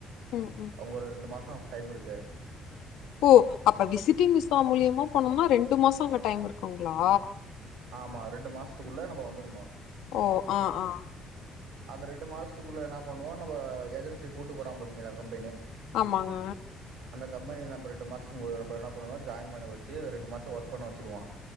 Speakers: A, on the left; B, on the right.
A: ம் ம்
B: அவுங் ஒரு ரெண்டு மாசா கு டைம் இருக்கு
A: ஒ அப்ப விசிட்டிங் விசா மூல்யமா போனோம்னா ரெண்டு மாஸ் அங்க டைம் இருக்குங்ளா
B: ஆமா ரெண்டு மாசுத்துக்குள்ள நம்ப வந்துருனு
A: ஒ ஆ ஆ
B: அந்த ரெண்டு மாசுத்துக்குள்ள என்ன பண்ணுவோ நம்ப ஏஜன்சிய கூட்டு போற பாத்தீங்களா சம்
A: ஆமாங்க
B: கம்பெனி நம்ப ரெண்டு மாசும்பு நம்ப என்ன பண்ணுவோனா ஜாயின் மேன வச்சு அத ரெண்டு மாச ஒர்க் பண்ணவச்சிருவா